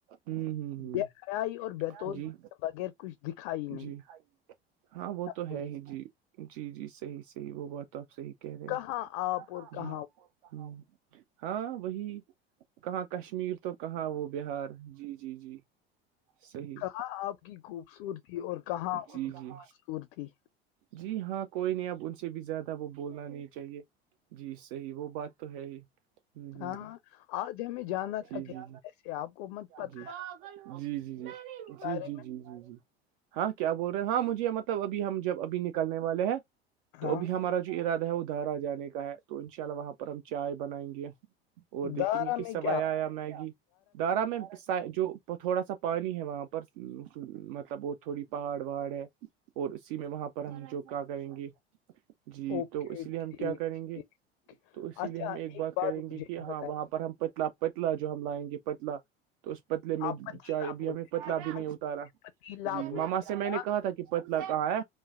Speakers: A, on the right (about 55°); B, on the left (about 55°).
A: ہوں ہوں
B: بے
A: ہوں
B: حیائی اور بیتور
A: جی
B: بغیر کچھ دکھائی نہیں
A: جی ہاں وہ تو
B: کو۔
A: ہے ہی جی جی جی صحیح صحیح وہ بہت تو آپ صحی کہہ رہے
B: کہاں آپ اور
A: جی
B: کہاں وہ؟
A: ہ ہاں وہی کہاں کشمیر تو کہاں وہ بہار جی جی جی صحیح
B: کہاں آپ کی خوبصورتی اور کہاں
A: جی
B: ان کی
A: جی
B: خوبصورتی
A: جی ہاں کوئی نہیں اب ان سے بھی زیادہ وہ بولنا نہیں چاہیے جی صحی وہ بات تو ہے ہی ہ
B: ہاں آج ہمیں جانا
A: جی
B: تھا
A: جی
B: کہیں ایسے آپ کو مت پتا
A: جی
B: ہے
A: جی جی جی جی
B: بارے
A: جی جی جی جی ہاں کیا بول رہے ہیں ہاں مجھے یہ مت ابھی ہم جب ابھی نکلنے والے ہیں
B: میں
A: تو
B: ہاں
A: ابھی ہمارا جو ارادہ ہے ادھارا جانے کا ہے تو ان شاء اللہ وہاں پر ہم چائے بنائیں گے اور دیکھیں
B: دارا
A: گے کہ
B: میں
A: سویا
B: کیا
A: آیا میگی دارا میں جو تھوڑا سا پانی ہے وہاں پر مطلب بت تھوڑی پہاڑ وہاڑ ہے اور اسی میں وہاں پر ہم جو کا کریں گے جی
B: اوکے
A: تو اس
B: ٹھیک
A: لیے ہم کیا کریں
B: ٹھیک
A: گے تو اسی
B: اچھا
A: لیے ہم ایک بات کریں گے
B: مجھے
A: کہ ہاں
B: بتائیے
A: وہاں پر ہم پتلا پتلا جو ہم لائیں گے پتلا تو اس پتلے میں
B: آپ آپ پتیلا
A: چائے اب
B: بولتے
A: ہمیں
B: ہیں
A: پتلا
B: پتیلا
A: بھی نہیں اتارا
B: پتیلا
A: جی
B: بولتے
A: ماما
B: ہیں
A: سے میں نے کہا تھا کہ پتلا کہاں ہے